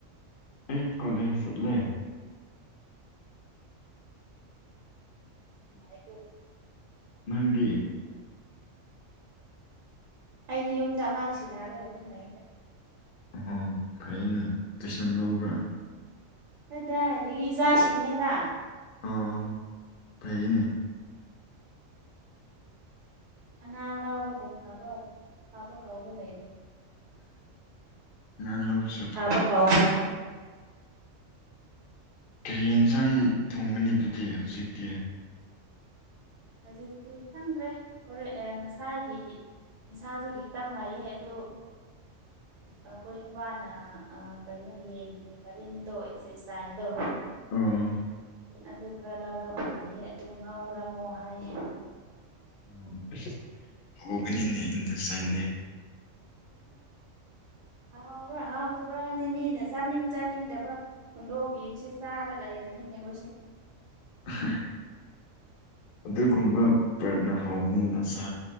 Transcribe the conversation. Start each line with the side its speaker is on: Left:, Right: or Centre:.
Left: ꯑꯩ ꯀꯣꯂꯦꯖ ꯆꯠꯂꯦ
Right: ꯅꯨꯡꯉꯥꯏꯀ‌ꯣ ꯗꯨ
Left: ꯅꯪꯗꯤ
Right: ꯑꯩꯗꯤ ꯌꯨꯝꯗ ꯑꯉꯥꯡ ꯁꯤꯅꯥꯔꯒ ꯑꯗꯨꯝ ꯂꯩꯗ
Left: ꯑꯣ ꯐꯩꯌ‌ꯦꯅꯦ ꯇꯨꯏꯁꯟ ꯂꯧꯕ꯭ꯔꯥ
Right: ꯀꯗꯥꯏꯗꯒꯤ ꯏꯆꯥꯁꯤꯡꯅꯦꯗ
Left: ꯑ‌ꯣ ꯑ‌ꯣ ꯐꯩꯌ‌ꯦꯅꯦ
Right: ꯑꯉꯥꯡ ꯂꯥꯎꯕꯕꯨ ꯐꯥꯕ ꯐꯥꯕ ꯀꯧꯕ ꯂꯩꯕ꯭ꯔꯅ‌ꯦ
Left: ꯑꯉꯥꯡꯂꯧꯁꯨ
Right: ꯐꯕ ꯀꯥꯎꯕ꯭ꯔꯕ
Left: ꯀꯔꯤ ꯑꯦꯟꯁꯥꯡ ꯊꯣꯡꯒꯅꯤ ꯑꯗꯨꯗꯤ ꯍꯧꯖꯤꯛꯇꯤ
Right: ꯍꯧꯖꯤꯛꯇꯤ ꯈꯪꯗ꯭ꯔꯦ ꯍꯣꯔꯦꯟ ꯉꯁꯥꯏꯒꯤ ꯏꯟꯁꯥꯁꯨ ꯈꯤꯇꯥꯡ ꯂꯩꯌꯦ ꯑꯗꯨ ꯑꯩꯈꯣꯏ ꯅꯨꯄꯥꯅ ꯀꯩꯅꯣ ꯌꯦꯟꯒꯤ ꯃꯔꯤꯟꯗꯣ ꯏꯟꯆ‌ꯦꯁꯇꯥꯏꯟꯗꯣ
Left: ꯑꯣ
Right: ꯑꯗꯨ ꯈꯔ ꯂꯧꯔꯕ ꯂꯩꯌꯦ ꯑꯗꯨ ꯉꯥꯎꯔꯝꯃꯣ ꯍꯥꯏꯌꯦ
Left: ꯎꯝ ꯑꯁ ꯍꯧꯒꯅꯤꯅꯦ ꯏꯟꯇ‌ꯦꯁ ꯇꯥꯏꯟꯗꯤ
Right: ꯍꯥꯎꯕ꯭ꯔꯥ ꯍꯥꯎꯗꯕ꯭ꯔ ꯒꯅꯦ ꯃꯤꯅ ꯆꯥꯅꯤꯡ ꯆꯥꯅꯤꯡꯗꯕ ꯍꯨꯟꯗꯣꯛꯄꯤꯕꯁꯦ ꯆꯥꯔ ꯂꯩꯔꯅꯤꯅꯦꯈꯣꯏꯁꯦ
Left: <unintelligible> ꯑꯗꯨꯒꯨꯝꯕ ꯄ꯭ꯔꯠꯅ ꯍꯥꯎꯅꯤꯅ‌ ꯁꯥ